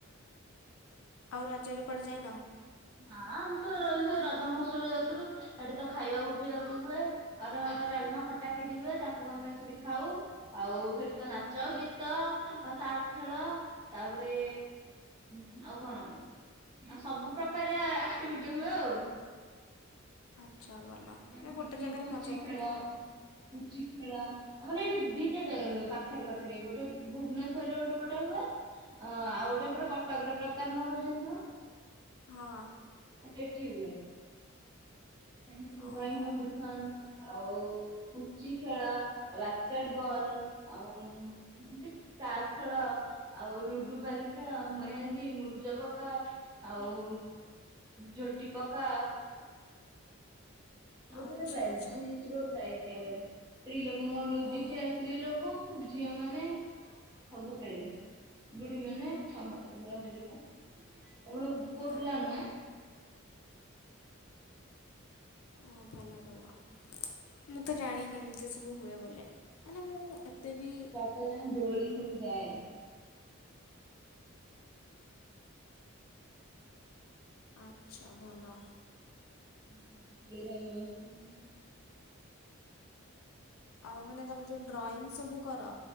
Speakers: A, on the left; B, on the right.
A: ଆଉ ରଜରେ କୁଆଡେ ଯାଇନ?
B: ନାଁ ଆମ୍ ତ ସେ ରଜ ମହୋତ୍ସବ ଯାଉଥିଲୁ ସେଠି ତ ଖାଇବାକୁ ପିଇଆକୁ ହୁଏ। ଆରୁଆ ଭାତ ଆଲମା ଖଟା ଖିରି ହୁଏ ତାକୁ ଆମେ ସେଠି ଖାଉ। ଆଉ ସେଠି ତ ନାଚ ଗୀତ ତାସ୍ ଖେଳ ତାପରେ ଉଁ ଆଉ କଣ ସବୁ ପ୍ରକାରେ ଆକ୍ଟିଭିଟି ହୁଏ ଆଉ।
A: ପାଛ ଭଲ।
B: ଯେମିତି
A: ମାନେ ଗୋଟେ
B: କିି
A: ଜାଗାରେ
B: ପୁଚି
A: ମଜା ଲାଗୁଥିବ
B: ଖେଳ
A: ଆଉ।
B: ପୁଚି ଖେଳ ଆମର ଏଇଠି ଦିଟା ଜାଗାରେ ହୁଏ ପାଖରେ ପାଖରେ ଗୋଟେ ଭୁବନେଶ୍ଵରରେ ଗୋଟେ ପଟେ ହୁଏ। ଅ ଆଉ ଗୋଟେ ଏପଟେ କଟକରେ ପ୍ରତାପ ନଗର ଜାଣଥିବ।
A: ହଁ।
B: ଆ ସେଠି ହୁଏ। ମୁଁ
A: ଓହୋ
B: ଡ୍ରାଇଂଙ୍ଗ କମ୍ପିଡିସନ୍ ସନ ଆଉ ପୁଚି ଖେଳ ଆ ବାସ୍କେଟ ବଲ ଆଉ ଏମତି ତାସ୍ ଖେଳ ଆଉ ଲୁଡୁ ପାଲି ଖେଳ ମେହେନ୍ଦୀ ମୁରୁଜ ପକା। ଆଉ ଝୋଟି ପକା। ସବୁ
A: ଆଚ୍ଛା
B: ଥୀରେ ପ୍ରାଇଯ
A: ଆଚ୍ଛା
B: ଯି ଜିତିବ ପ୍ରାଇଜ୍ ଦିଆ ହୁଏ ସ୍ତ୍ରୀ ଲୋକଙ୍କ ମ୍ୟୁଜିକ୍
A: ଓହୋ
B: ଚେଆର ସ୍ତ୍ରୀ ଲୋ କୋଉ ଝିଅ ମାନେ ସବୁ ଖେଳିବେ ବୁଢୀ ମାନେ ସମାସ୍ତ ବୁଡା ବୁଢୀ ଆଉ ଗ ପୁଅ
A: ଆ
B: ପିଲା ନୁହେ।
A: ଓ ଭଲ ଭଲ ମୁଁ ତ ଜାଣିନି ଏମିତି ସବୁ ହୁଏ ବୋଲେ। ମାନେ ମୁଁ ଏତେ ବି
B: ତ ଯା ଦୋଳି ସବୁ ଯାଏ।
A: ଆଛା ଭଲ।
B: <unintelligible>
A: ଆଉ ମାନେ ତମେ ଯୋଉ ଡ୍ରଇଂ ସବୁ କର